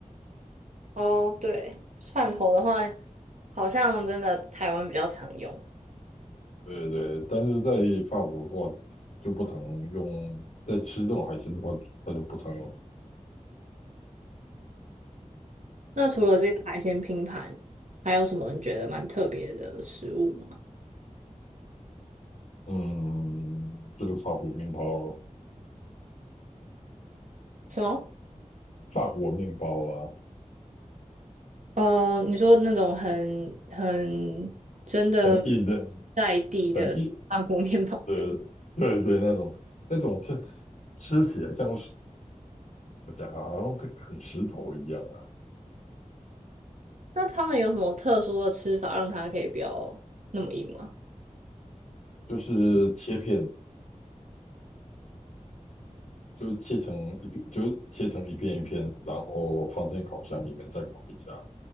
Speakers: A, on the right; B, on the left.
A: 哦，对，蒜头的话，好像真的台湾比较常用。
B: 对对，但是在法国的话就不常用，在吃这种海鲜的话，它就不常用。
A: 那除了这个海鲜拼盘，还有什么你觉得蛮特别的食物吗？
B: 嗯，就是法国面包
A: 什么？
B: 法国面包啊，
A: 呃，你说那种很很真的
B: 很硬的，
A: 在地的
B: 很硬
A: <laughs> 法国面包？
B: 的，对对，那种那种是吃起来像是怎么讲啊，好像在啃石头一样啊，
A: 那他们有什么特殊的吃法让它可以不要那么硬吗？
B: 就是切片，就是切成一片，就是切成一片一片，然后放进烤箱里面再烤一下，